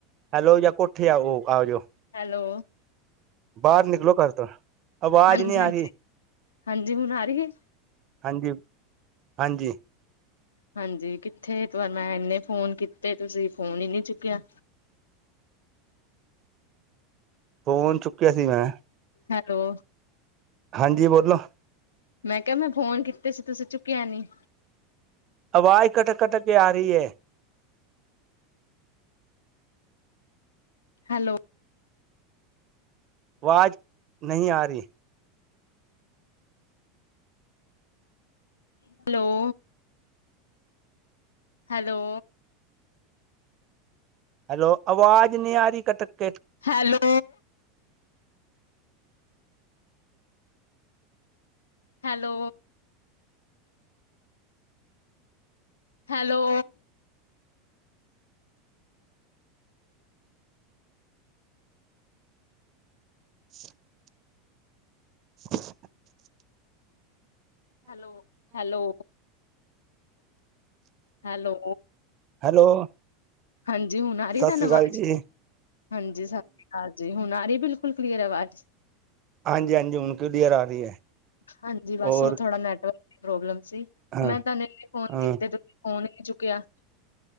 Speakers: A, on the right (about 45°); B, on the left (about 80°).
A: ਹੈਲੋ ਜਾਂ ਕੋਠੇ ਆਓ, ਆ ਜਾਓ।
B: ਹੈਲੋ!
A: ਬਾਹਰ, ਨਿਕਲੋ ਘਰ ਤੋਂ ਆਵਾਜ਼
B: ਹਾਂਜੀ,
A: ਨਹੀਂ ਆ
B: ਹਾਂਜੀ-ਹਾਂਜੀ,
A: ਰਹੀ
B: ਹੁਣ ਆ ਰਹੀ ਏ।
A: ਹਾਂਜੀ-ਹਾਂਜੀ।
B: ਹਾਂਜੀ, ਕਿੱਥੇ ਤਾਂ ਨੂੰ ਮੈ ਇਨੇ ਫੋਨ ਕੀਤੇ ਤੁਸੀਂ ਫੋਨ ਹੀ ਨਹੀਂ ਚੁੱਕਿਆ।
A: ਫੋਨ ਚੁੱਕਿਆ ਸੀ। ਮੈਂ
B: ਹੈਲੋ।
A: ਹਾਂਜੀ, ਬੋਲੋ?
B: ਮੈਂ ਕਿਹਾ, ਮੈਂ ਫੋਨ ਕੀਤੇ ਸੀ, ਤੁਸੀਂ ਚੁੱਕਿਆ ਨੀ।
A: ਆਵਾਜ਼ ਕੱਟਕ- ਕੱਟਕ ਕੇ ਆ ਰਹੀ ਏ।
B: ਹੈਲੋ।
A: ਆਵਾਜ਼ ਨਹੀਂ ਆ ਰਹੀ।
B: ਹੈਲੋ। ਹੈਲੋ।
A: ਹੈਲੋ, ਆਵਾਜ਼ ਨਹੀਂ ਆ ਰੀ ਕਟ ਕੇ
B: hello. Hello. Hello.
A: <unintelligible> <unintelligible>
B: Hello, hello. Hello.
A: Hello
B: ਹਾਂਜੀ, ਹੁਣ ਆ ਰਹੀ
A: ਸਤਿ
B: ਤੁਹਾਨੂੰ
A: ਸ੍ਰੀ ਅਕਾਲ
B: ਆਵਾਜ਼
A: ਜੀ
B: ਹਾਂਜੀ, ਸਤ ਸ੍ਰੀ ਅਕਾਲ। ਜੀ ਹੁਣ ਆ ਰਹੀ, ਬਿਲਕੁਲ ਕਲੀਅਰ ਆਵਾਜ਼
A: ਹਾਂਜੀ-ਹਾਂਜੀ, ਹੁਣ ਕਲੀਅਰ ਆ ਰਹੀ ਹੈ।
B: ਹਾਂਜੀ ਬਸ
A: ਔਰ
B: ਉਹ ਨੈਟਵਰਕ ਦੀ ਪ੍ਰੋਲਮ ਸੀ,
A: ਹਾਂ
B: ਮੈਂ ਤੁਹਾਨੂੰ ਇੰਨੇ ਫੋਨ
A: ਹਾਂ
B: ਕੀਤੇ ਤੁਹੀ ਫੋਨ ਹੀ ਨੀ ਚੁੱਕਿਆ।